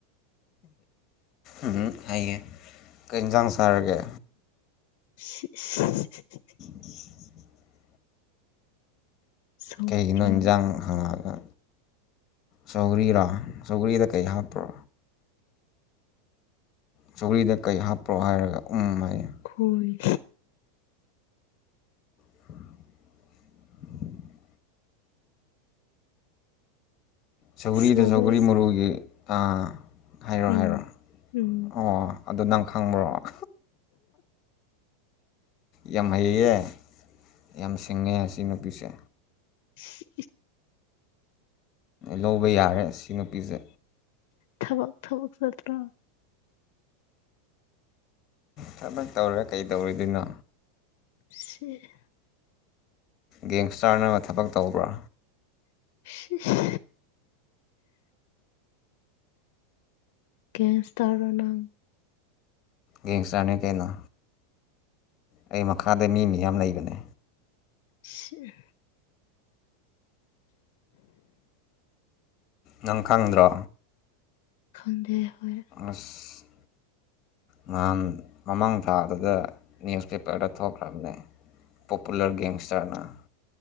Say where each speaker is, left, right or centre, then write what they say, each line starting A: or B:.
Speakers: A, on the left (about 30°); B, on the left (about 55°).
A: ꯎꯍꯝ ꯍꯥꯏꯌꯦ ꯀꯩ ꯍꯦꯟꯖꯥꯡ ꯆꯥꯔꯒꯦ
B: <unintelligible>
A: <inaudible>
B: ꯁꯧꯒ꯭ꯔꯤ
A: ꯀꯩꯒꯤꯅꯣ ꯍꯤꯟꯖꯥꯡ ꯍꯪꯉꯒ ꯁꯧꯒ꯭ꯔꯤꯔꯣ ꯆꯧꯒꯔꯤꯗ ꯀꯩ ꯍꯥꯞꯄ꯭ꯔꯣ ꯆꯧꯒ꯭ꯔꯤꯗ ꯀꯩ ꯍꯥꯞꯄ꯭ꯔꯣ ꯍꯥꯏꯔꯒ ꯎꯝ ꯍꯥꯏꯌꯦ
B: ꯍꯣꯏ
A: <inaudible> ꯁꯧꯒ꯭ꯔꯤꯗ
B: ꯁꯧꯒ꯭ꯔꯤ
A: ꯁꯧꯒꯔꯤ ꯃꯔꯨꯒꯤ ꯑꯥ ꯍꯥꯏꯔꯣ
B: ꯎꯝ
A: ꯍꯥꯏꯔꯣ
B: ꯎꯝ
A: ꯑꯣ ꯑꯗꯨ ꯅꯪ ꯈꯪꯕ꯭ꯔꯣ <unintelligible> ꯌꯥꯝ ꯍꯩꯌꯦ ꯌꯥꯝ ꯁꯤꯡꯉꯦ ꯁꯤ ꯅꯨꯄꯤꯁꯦ
B: <inaudible>
A: ꯂꯧꯕ ꯌꯥꯔꯦ ꯁꯤ ꯅꯨꯄꯤꯁꯦ
B: ꯊꯕꯛ ꯊꯕꯛ ꯆꯠꯇ꯭ꯔꯣ
A: ꯊꯕꯛ ꯇꯧꯔ ꯀꯩ ꯇꯧꯔꯣꯏꯗꯣꯏꯅꯣ
B: <unintelligible>
A: ꯒꯦꯡꯁꯇꯥꯔꯅ ꯊꯕꯛ ꯇꯧꯕ꯭ꯔꯥ
B: ꯁꯤꯁ ꯒꯦꯁ ꯇꯧꯔꯣ ꯅꯪ
A: ꯒꯦꯡꯁꯇꯔꯅꯤ ꯀꯩꯅꯣ ꯑꯩ ꯃꯈꯥꯗ ꯃꯤ ꯃꯤꯌꯥꯝ ꯂꯩꯕꯅꯦ
B: ꯁꯤ
A: ꯅꯪ ꯈꯪꯗ꯭ꯔꯣ
B: ꯈꯪꯗꯦ ꯍꯣꯏ
A: ꯑꯁ ꯅꯍꯥꯟ ꯃꯃꯥꯡ ꯊꯥꯗꯒ ꯅ꯭ꯌꯨꯁꯄꯦꯄ꯭ꯔꯗ ꯊꯣꯛꯈ꯭ꯔꯝꯅꯦ ꯄꯣꯄꯨꯂꯔ ꯒꯦꯡꯁꯇꯔꯅ